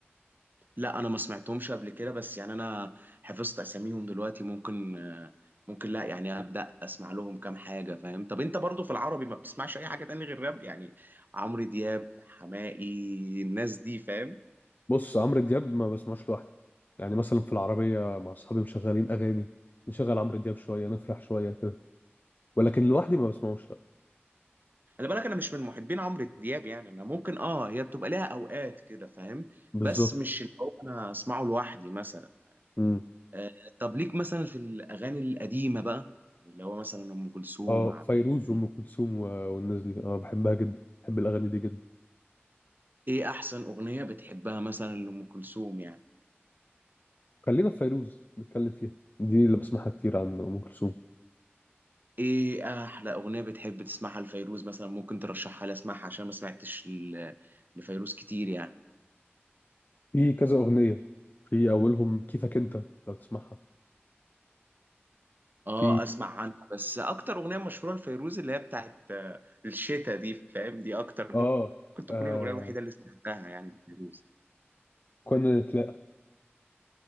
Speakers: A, on the right; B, on the left.
A: لا انا ما سمعتهمش قبل كده بس يعني انا حفظت اساميهم دلوقتي ممكن آه، ممكن لا يعني ابدا اسمع لهم كام حاجه فاهم طب انت برضو في العربي ما بتسمعش اي حاجه تاني غير راب يعني عمرو دياب حماقي الناس دي فاهم
B: بص عمرو دياب ما بسمعش لوحدي يعني مثلا في العربيه مع اصحابي مشغلين اغاني نشغل عمرو دياب شويه نفرح شويه كده ولكن لوحدي ما بسمعوش لا
A: خلي بالك انا مش من محبين عمرو دياب يعني انا ممكن اه هي بتبقى ليها اوقات كده فاهم
B: بالظبط
A: بس مش اللي هو انا اسمعه لوحدي مثلا فاهم
B: امم
A: آه طب ليك مثلا في الاغاني القديمه بقى اللي هو مثلا ام كلثوم
B: اه
A: عبد
B: فيروز
A: الحليم
B: وام كلثوم و- والناس دي اه بحبها جدا بحب الاغاني دي جدا
A: ايه احسن اغنية بتحبها مثلا لأم كلثوم يعني
B: خلينا في فيروز نتكلم فيها دي اللي بسمعها كتير عن ام كلثوم
A: ايه احلى اغنية بتحب تسمعها لفيروز مثلا ممكن ترشحها لي اسمعها عشان ما سمعتش ل- لفيروز كتير يعني
B: في كذا اغنيه في اولهم كيفك انت لو تسمعها
A: اه
B: في
A: اسمع عنها بس اكتر اغنية مشهورة لفيروز اللي هي بتاعت آه، الشتا دي فاهم دي اكتر ممكن
B: اه,
A: تكون
B: آه
A: الاغنية الوحيدة اللي سمعتها يعني لفيروز
B: كنا نتلاقى